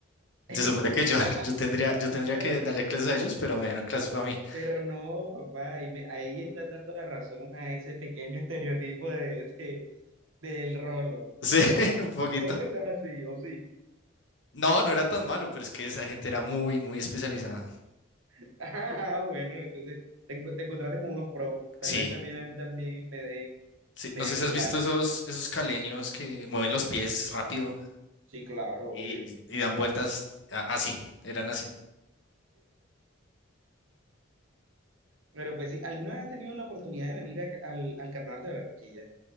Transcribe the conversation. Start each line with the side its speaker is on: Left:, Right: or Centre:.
Right: <laughs>
Left: Se supone que yo, <laughs> yo tendría, yo tendría
Right: Pero,
Left: que darle clases a ellos, pero me dieron clases para mí. <laughs>
Right: pero no, papá, ahí, me- ahí está dando la razón a ese pequeño estereotipo de, de- del rolo.
Left: Sí,
Right: No, no,
Left: un poquito.
Right: no creo que sea así, o sí.
Left: No, no era tan malo, pero es que esa gente era muy, muy especializada.
Right: <laughs> Ah, bueno, entonces te, enco- te encontraste con unos pros. Tal
Left: Sí,
Right: vez también a mí también me den,
Left: Sí, no
Right: me
Left: sé
Right: den
Left: si
Right: clases.
Left: has visto esos, esos caleños que mueven los pies rápido
Right: Sí, claro,
Left: y,
Right: obvio.
Left: y dan vueltas a- así, eran así.
Right: Pero pues sí, ¿alguna vez has tenido la oportunidad de venir a- al, al carnaval de Barranquilla?